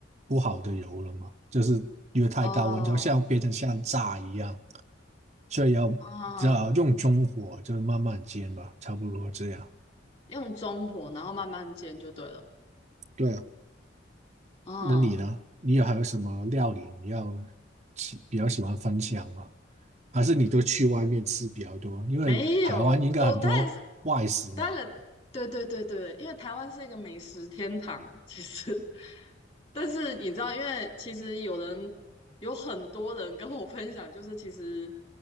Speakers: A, on the right; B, on the left.
A: 不好的油了嘛，就是因为太高温就像变成像炸一样，
B: 哦，
A: 所以要只要用中火，
B: 啊，
A: 就是慢慢煎吧，差不多这样。
B: 用中火然后慢慢煎就对了。
A: 对啊，
B: 啊。
A: 那你呢？你有还有什么料理你要喜比较喜欢分享吗？还是你都去外面吃比较多？因为台湾应该很多外食嘛，
B: 没有，我当然是，当然，对对对对，因为台湾是一个美食天堂，其实，但是你知道，因为其实有人有很多人跟我分享，就是其实